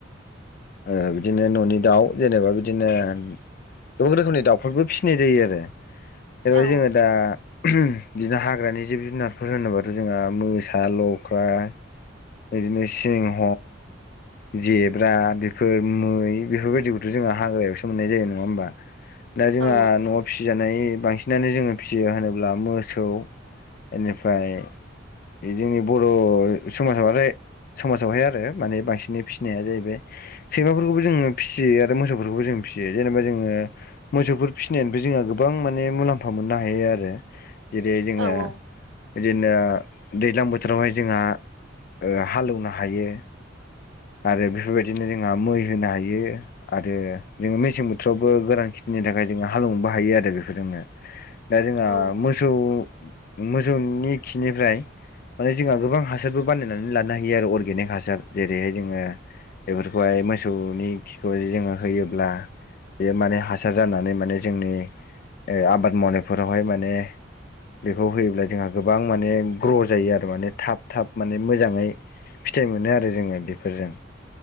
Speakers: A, on the left (about 50°); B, on the right (about 85°).
A: ओ बिदिनो न'नि दाउ जेनेबा बिदिनो गोबां रोखोमनि दाउफोरबो फिसिनाय जायो आरो जेरैहाय
B: औ
A: जोङो दा बिदिनो हाग्रानि जिब जुनारफोर होनोबाथ' जोंहा मोसा लख्रा बिदिनो सिंह जेब्रा बेफोर मै बेफोरबायदिखौथ' जोङो हाग्रायावसो मोननाय जायो नङा होमबा दा जोंहा
B: औ
A: न'आव फिसि- फिसिजानाय बांसिनानो जोङो फिसियो होनोब्ला मोसौ बेनिफ्राय बे जोंनि बर' समाजावहाय समाजावहाय आरो माने बांसिनै फिसिनाया जाहैबाय सैमाफोरखौबो जोङो फिसियो आरो मोसौफोरखौबो जों फिसियो जेनेबा जोङो मोसौफोर फिसिनानैबो जोंहा गोबां माने मुलाम्फा मोननो हायो आरो जेरै जोङो
B: औ
A: बिदिनो दैज्लां बोथोरावहाय जोंहा ओ हालोवनो हायो आरो बेफोरबायदिनो जोंहा मै होनो हायो आरो जोङो मेसें बोथोरावबो गोरोन खिथिनि थाखाय जोङो हालोवनोबो हायो आरो बेफोरजोंनो दा जोंहा
B: औ
A: मोसौ मोसौ नि खिनिफ्राय माने जोंहा गोबां हासार- बो बानायनानै लानो हायो आरो अर्गेनिक हासार जेरैहाय जोङो बेफोरखौहाय मोसौनि खिखौ जोङो होयोब्ला बेयो माने हासार जानानै माने जोंनि ओ आबाद मावनायफोरावहाय माने बेखौ होयोब्ला जोंहा गोबां माने ग्र' जायो आरो माने थाब थाब माने मोजाङै फिथाइ मोनो आरो जोङो बेफोरजों